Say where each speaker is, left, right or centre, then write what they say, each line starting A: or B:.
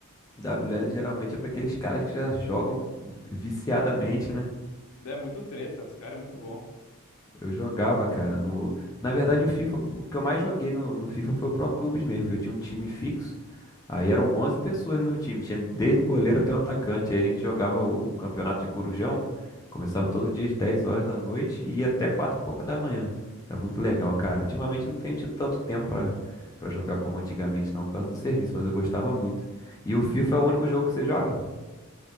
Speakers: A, on the left; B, on the left.
A: W L geralmente é para aqueles caras que já jogam viciadamente, né?
B: É muito treta, os caras é muito bom.
A: Eu jogava, cara, no... Na verdade, o FIFA, o que eu mais joguei no, no FIFA foi o Pro Clubes mesmo, que eu tinha um time fixo. Aí eram 11 pessoas no meu time, tinha desde o goleiro até o atacante. Aí a gente jogava o campeonato de Corujão, começava todo dia às 10 horas da noite e ia até 4 e pouca da manhã. Era muito legal, cara. Ultimamente eu não tenho tido tanto tempo pra, pra jogar como antigamente, não, por causa do serviço, mas eu gostava muito. E o FIFA é o único jogo que você joga?